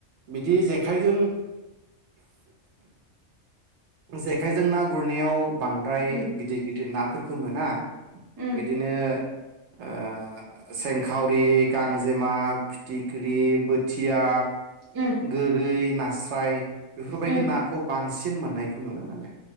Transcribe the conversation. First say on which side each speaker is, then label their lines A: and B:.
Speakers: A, on the right; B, on the right.
A: बिदि जेखायजों जेखायजों ना गुरनायाव बांद्राय
B: उम
A: गिदिर गिदिर ना फोरखो मोना।
B: उम
A: बिदिनो ओ सेंखावरि, गांजेमा, फिथिख्रि, बो थिया
B: उम
A: गोरै नास्राय बेफोरबायदि
B: उम
A: नाखौ बां सिन मोननायखौ नुनो मोनो।